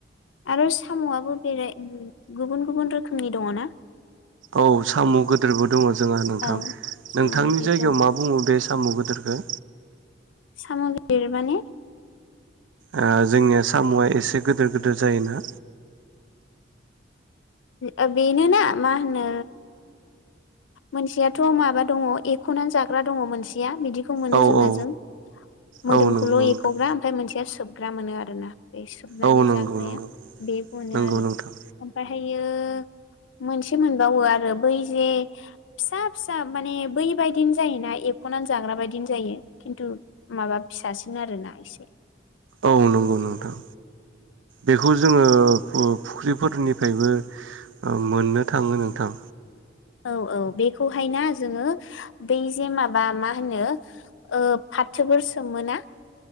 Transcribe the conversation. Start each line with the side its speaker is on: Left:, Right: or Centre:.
Left: आरो साम'आबो बेराय गुबुन गुबुन रोखोमनि दङ ना
Right: औ साम' गोदोरबो दङ जोंहा नोंथां
Left: औ साम'
Right: नोंथांनि
Left: गिदिर
Right: जायगायाव
Left: दं
Right: मा बुङो बे साम' गोदोरखौ
Left: साम' गिदिर माने
Right: ओ जोंनि साम'आ एसे गोदोर गोदोर जायोना
Left: ओ बेनो ना मा होनो मोनसेयाथ' माबा दङ एख'नानै जाग्रा दङ मोनसेया बिदिखौ मोनो
Right: औ
Left: जोंनाजों
Right: औ
Left: मोदोमखौल'
Right: औ नंगौ नोंथां
Left: एख'ग्रा ओमफ्राय मोनसे सोबग्रा मोनो आरोना बे सोबनानै
Right: औ नंगौ
Left: जाग्राया
Right: नंगौ
Left: बेखौनो
Right: नंगौ
Left: आरो
Right: नोंथां
Left: ओमफ्राय ओमफ्रायो मोनसे मोनबावो आरो बै जे फिसा फिसा माने बै बायदिनो जायोना एख'नानै जाग्रा बायदिनो जायो खिन्थु माबा फिसासिन आरोना एसे
Right: औ नंगौ नोंथां बेखौ जोङो ओ फुख्रिफोरनिफ्रायबो मोननो थाङो नोंथां
Left: औ औ बेखौहायना जोङो बै जे माबा मा होनो ओ फाथोफोर सोमो ना